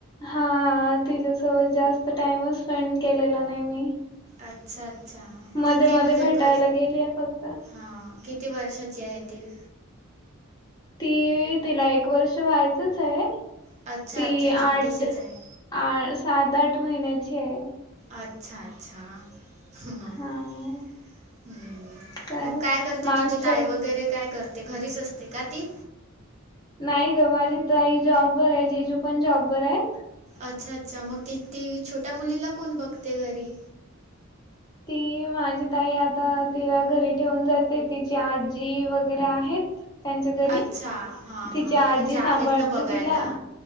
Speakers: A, on the left (about 20°); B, on the right (about 35°).
A: हा तिच्यासोबत जास्त टाइमच स्पेंड केलेला नाही मी.
B: अच्छा अच्छा
A: मध्ये-मध्ये
B: किती म्हणजे
A: भेटायला
B: कस
A: गेलीये फक्त.
B: हा. किती वर्षाची आहे ती?
A: ती तिला एक वर्ष व्हायचंच आहे
B: अच्छा
A: ती
B: अच्छा
A: आठ.
B: छोटीशीच आहे
A: आ सात आठ महिन्याची आहे.
B: अच्छा अच्छा हम्म हम्म.
A: हां, तर
B: मग काय करते
A: मागच्या
B: तुझी ताई वगैरे काय करते घरीच असते का ती.
A: नाही ग माझी ताई जॉबवर आहे जीजू पण जॉबवर आहेत.
B: अच्छा अच्छा मग ती ती छोट्या मुलीला कोण बघते घरी.
A: ती माझी ताई आता तिला घरी ठेवून जाते तिची आजी वगैरे आहेत. त्यांच्या घरी
B: अच्छा हां हां
A: तिची आजी
B: म्हणजे आहेत
A: सांभाळते
B: ना बघायला
A: तिला.